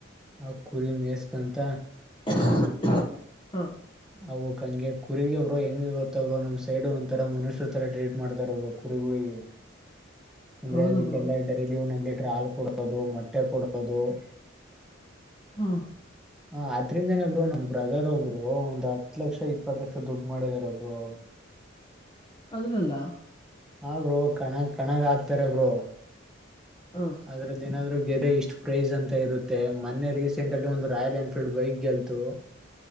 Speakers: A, in the centre; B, on the left.
A: ಆ ಕುರಿ ಮೇಸ್ಕಂತ
B: <unintelligible> ಹಾ.
A: ಅವಕ್ಕ ಹಂಗೆ ಕುರಿಗೆ ಬ್ರೋ ಹೆಂಗೆ ಗೊತ್ತಾ ಬ್ರೋ ನಮ್ ಸೈಡ್ ಒಂಥರ ಮನುಷ್ಯರ ತರ ಟ್ರೀಟ್ ಮಾಡ್ತಾರ ಬ್ರೋ ಕುರಿಗಳಿಗೆ
B: <inaudible>
A: ಅಂದ್ರೆ
B: ಹೌದು
A: ಅದಕ್ಕೆಲ್ಲಾ
B: ಬ್ರೋ
A: ಡೈಲಿ ಒಂದ ಹಾಲ್ ಕೊಡೋದು ಮೊಟ್ಟೆ ಕೊಡೋದು -
B: ಹಾ.
A: ಹ ಆದದ್ರಿಂದನೇ ಬ್ರೋ ನಮ್ ಬ್ರದರ್ ಒಬ್ರು ಹತ್ತು ಲಕ್ಷ ಇಪ್ಪತ್ ಲಕ್ಷ ದುಡ್ಡ ಮಾಡಿದಾರ ಬ್ರೋ.
B: ಅದರೆಲ್ಲಾ.
A: ಹಾ ಬ್ರೋ ಕಣ ಕಣಗ ಹಾಕ್ತಾರ ಬ್ರೋ.
B: ಹಾ
A: ಆದರದ ಏನಾದ್ರು ಗೆದೆ ಇಷ್ಟ್ ಪ್ರೈಸ್ ಅಂತ ಇರುತ್ತೆ ಮೊನ್ನೆ ರೀಸೆಂಟ್ ಅಲ್ಲಿ ಒಂದು ರಾಯಲ್ ಎನ್ಫೀಲ್ಡ್ ಬೈಕ್ ಗೆಲ್ತು